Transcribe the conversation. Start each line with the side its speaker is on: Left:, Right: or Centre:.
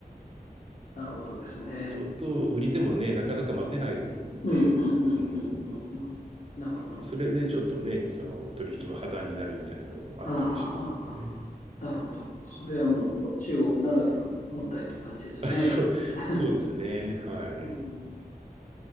Left: なるほどですね。
Right: ずっと売り手もね、なかなか待てないんで、
Left: うんうんうんうんうんうん。
Right: うん、
Left: なるほど。
Right: それでちょっとね、その取引も破談になるみたいなのもあったりしますんでね。
Left: ああ、はあはあはあはあなるほど。それはもう本当中国ならではの問題という感じですね。
Right: あ、そう、
Left: <laughs>
Right: そうですね。はい。
Left: うん、うん